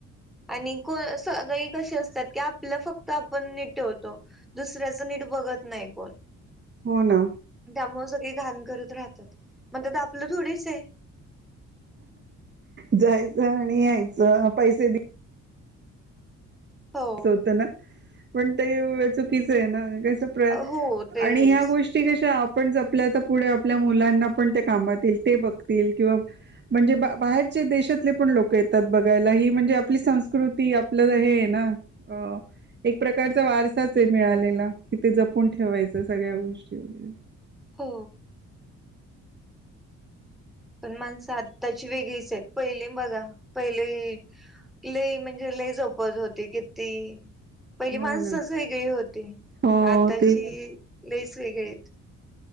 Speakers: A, in the centre; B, on the right.
A: आणि कोण सगळे कशी असतात की आपला फक्त आपण नीट ठेवतो दुसऱ्याच नीट बघत नाही कोण
B: हो ना.
A: त्यामुळे सगळे घाण करत राहतात म्हणजे आपलं थोडीच आहे.
B: जायचं आणि यायचं पैसे दिले.
A: हो
B: अस होत. ना पण ते चुकीचं आहे. ना कस
A: हो तेच
B: आणि ह्या गोष्टी कशा आहे. आपण आपल्या पुढे आपल्या मुलांना पण कामात येईल ते बघतील किंवा म्हणजे बाहेर देशातले पण लोक येतात बघायला ही म्हणजे आपली संस्कृती आपलं हे ना अ एक प्रकारचा वारसाच आहे मिळालेला कि ते जपून ठेवायचं सगळ्या गोष्टी वगैरे
A: हो. पण माणसं आत्ताची वेगळीच आहेत पहिली बघा पहिली लई म्हणजे लई जपत होती किती पहिली
B: हो
A: माणसच
B: ना
A: वेगळे होते.
B: हो
A: आाताची
B: तेच
A: लईच वेगळेत.